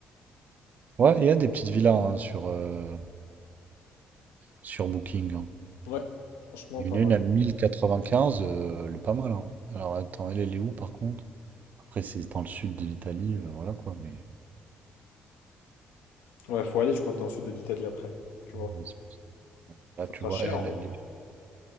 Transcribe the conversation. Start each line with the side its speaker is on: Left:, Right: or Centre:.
Right: Ouais, il y a des petites villas hein, sur, euh, sur Booking. hein.
Left: Ouais, Franchement,
Right: Il
Left: pas
Right: y en a
Left: mal.
Right: une à 1095, euh, elle est pas mal. hein. Alors attends, elle, elle est où par contre? Après, c'est dans le sud de l'Italie, euh, voilà quoi, mais.
Left: Ouais, faut aller, je crois, dans le sud de l'Italie après. Tu vois.
Right: euh, c'est- Là,
Left: Ça
Right: tu
Left: fera
Right: vois,
Left: cher
Right: elle,
Left: en vrai.
Right: elle est.